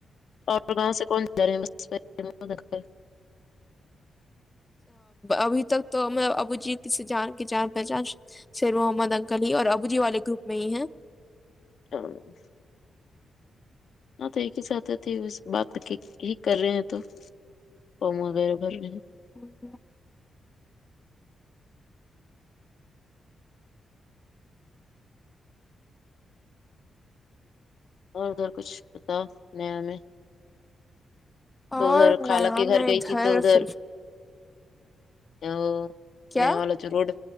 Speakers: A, on the left; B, on the left.
A: اور گاؤں سے کون جا رے <unintelligible>
B: ابھی تک تو ابو جی کسی جان کی جان پہچان شیر محمد انکل ہی اور ابو جی والے گروپ میں ہی ہیں
A: <unintelligible> ہاں تو ایک ہی ساتھ تھی اس بات کی ہی کر رہے ہیں تو فارم وغیرہ بھر رہے ہیں
B: ہوگیا
A: اور ادھر کچھ بتاؤ نیا میں تو
B: اور
A: ادھر خالہ
B: نیا
A: کے گھر
B: میں
A: گئی تھی تو ادھر
B: فل
A: آ
B: کیا
A: نیا والا جو روڈ